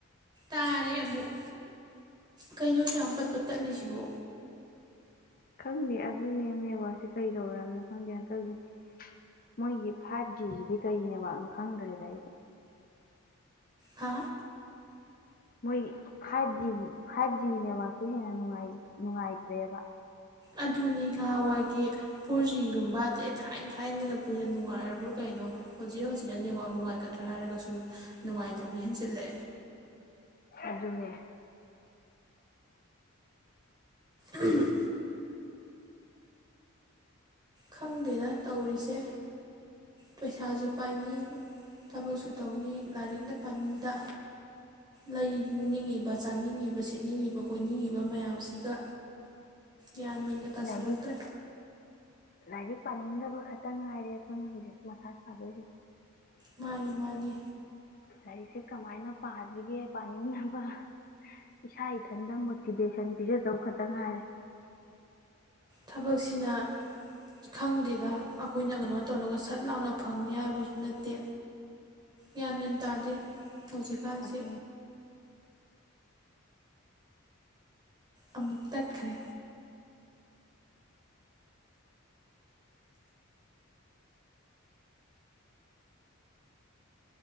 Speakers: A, on the right; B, on the left.
A: ꯇꯥꯔꯦ ꯑꯃꯨꯛ ꯀꯩꯅꯣꯁꯨ ꯌꯥꯝ ꯄꯠꯄ ꯇꯠꯂꯤꯁꯤꯕ
B: ꯈꯪꯗꯦ ꯑꯗꯨꯅꯦ ꯅꯦꯠꯋꯥꯛꯛꯁꯦ ꯀꯔꯤ ꯇꯧꯔꯝꯅꯣ ꯈꯪꯗꯦ ꯍꯟꯇꯛꯁꯤ ꯃꯣꯏꯒꯤ ꯐꯥꯏꯚ ꯖꯤꯁꯤꯗꯤ ꯀꯔꯤ ꯅꯦꯠꯋꯥꯛꯅꯣ ꯈꯪꯗ꯭ꯔꯦꯗ ꯑꯩꯁꯨ
A: ꯍꯥ
B: ꯃꯣꯏꯒꯤ ꯐꯥꯏꯚ ꯖꯤ ꯐꯥꯏꯚ ꯖꯤꯒꯤ ꯅꯦꯠꯋꯥꯛꯁꯤꯦ ꯍꯦꯟꯅ ꯅꯨꯡꯉꯥꯏꯇ꯭ꯔꯦꯕ
A: ꯑꯗꯨꯅꯤ ꯅꯍꯥꯟꯋꯥꯏꯒꯤ ꯐꯣꯔ ꯖꯤꯒꯨꯝꯕ ꯑꯩ ꯊꯥꯏꯅ ꯊꯥꯏꯅ ꯂꯄꯅꯤꯅ ꯅꯨꯡꯉꯥꯏꯔꯕ꯭ꯔꯥ ꯀꯩꯅꯣ ꯍꯧꯖꯤꯛ ꯍꯧꯖꯤꯛꯅ ꯅꯦꯠꯋꯥꯛ ꯅꯨꯡꯉꯥꯏꯒꯗ꯭ꯔꯥ ꯍꯥꯏꯔꯒ ꯁꯨꯝ ꯅꯨꯡꯉꯥꯏꯇꯕ ꯍꯦꯟꯖꯤꯜꯂꯛꯑꯦ
B: ꯑꯗꯨꯅꯦ
A: ꯎꯝ ꯈꯪꯗꯦꯅ ꯇꯧꯔꯤꯁꯦ ꯄꯩꯁꯥꯁꯨ ꯄꯥꯏꯅꯤ ꯊꯕꯛꯁꯨ ꯇꯧꯅꯤ ꯂꯥꯏꯔꯤꯛꯅ ꯄꯥꯅꯤꯡꯗ ꯂꯩꯅꯤꯡꯉꯤꯕ ꯆꯥꯅꯤꯡꯉꯤꯕ ꯁꯦꯠꯅꯤꯡꯉꯤꯕ ꯀꯣꯏꯅꯤꯡꯉꯤꯕ ꯃꯌꯥꯝꯁꯤꯒ ꯌꯥꯟꯃꯤꯒ ꯇꯥꯁꯤꯜꯂꯛꯇ꯭ꯔꯦ
B: ꯂꯥꯏꯔꯤꯛ ꯂꯥꯏꯔꯤꯛ ꯄꯥꯅꯤꯡꯗꯕ ꯈꯛꯇ ꯉꯥꯏꯔꯦ ꯑꯩꯈꯣꯏꯅ ꯍꯧꯖꯤꯛ ꯃꯥ ꯁꯥꯗꯣꯏꯁꯦ
A: ꯃꯥꯅꯤ ꯃꯥꯅꯤ
B: ꯂꯥꯏꯔꯤꯛꯁꯦ ꯀꯃꯥꯏꯅ ꯄꯥꯁꯤꯒꯦ ꯄꯥꯅꯤꯡꯅꯕ ꯏꯁꯥ ꯏꯊꯟꯗ ꯃꯣꯇꯤꯚꯦꯁꯟ ꯄꯤꯖꯗꯧ ꯈꯛꯇ ꯉꯥꯏꯔꯦ
A: ꯊꯕꯛꯁꯤꯅ ꯈꯪꯗꯦꯗ ꯑꯩꯈꯣꯏꯅ ꯀꯩꯅꯣ ꯇꯧꯔꯒ ꯁꯠ ꯂꯥꯡꯅ ꯐꯪꯅꯤ ꯍꯥꯏꯕꯁꯨ ꯅꯠꯇꯦ ꯌꯥꯟꯃꯦꯟ ꯇꯥꯗꯦ ꯍꯧꯖꯤꯛꯀꯥꯟꯁꯦ
B: ꯑꯗꯨ
A: ꯑꯃꯨꯛ ꯇꯠꯈ꯭ꯔꯦ